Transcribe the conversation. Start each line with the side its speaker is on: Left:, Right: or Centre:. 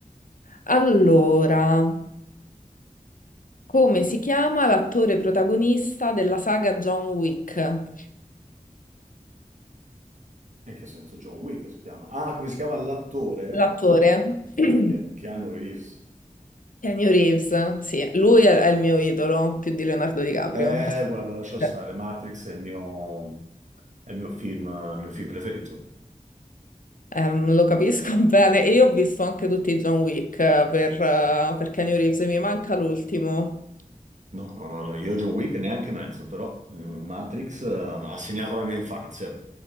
Left: allora. Come si chiama l'attore protagonista della saga John Wick?
Right: In che senso? John Wick si chiama. Ah, come si chiama l'attore?
Left: L'attore <clears throat>
Right: Ah, che, Keanu Reeves.
Left: Keanu Reeves, sì, lui è, è il mio idolo, più di Leonardo DiCaprio.
Right: Eh,
Left: assolutamente.
Right: guarda, lascia stare, Matrix è il mio... È il mio film, il mio film preferito.
Left: Ehm, lo capisco <laughs> bene. E io ho visto anche tutti i John Wick eh, per, eh, per Keanu Reeves, e mi manca l'ultimo.
Right: No, no, no, no, io John Wick neanche mezzo, però mm, Matrix eh, ha segnato la mia infanzia.